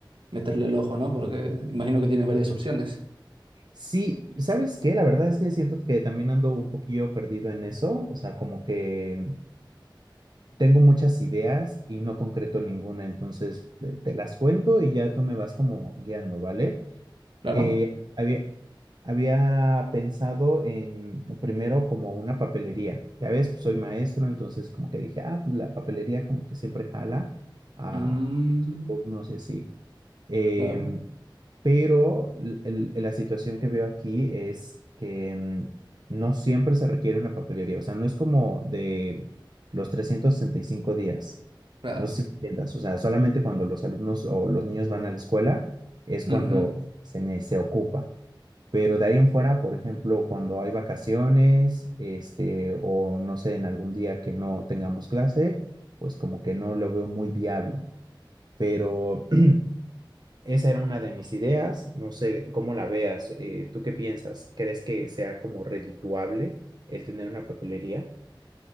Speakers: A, on the right; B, on the right.
A: meterle el ojo, no? Porque imagino que tienes varias opciones.
B: Sí, ¿sabes qué? La verdad es que siento que también ando un poquillo perdido en eso, o sea, como que tengo muchas ideas y no concreto ninguna, entonces eh, te, las cuento y ya tú me vas como guiando, ¿vale?
A: Claro.
B: Eh, había- Había pensado en primero como una papelería. Ya ves, pues soy maestro, entonces como que dije, ah, pues la papelería como que siempre jala a
A: Mm,
B: los alumnos y así. Em,
A: claro,
B: pero l- el- la situación que veo aquí es que em, no siempre se requiere una papelería. O sea, no es como de los 365 días.
A: claro.
B: No sé si me entiendas. O sea, solamente cuando los alumnos o los niños van a la escuela es
A: Ujú.
B: cuando se, ne- se ocupa. Pero de ahí en fuera, por ejemplo, cuando hay vacaciones, este, o no sé, en algún día que no tengamos clase, pues como que no lo veo muy viable. Pero <clears throat> esa era una de mis ideas. No sé cómo la veas. eh, ¿tú qué piensas? ¿Crees que sea como redituable el tener una papelería?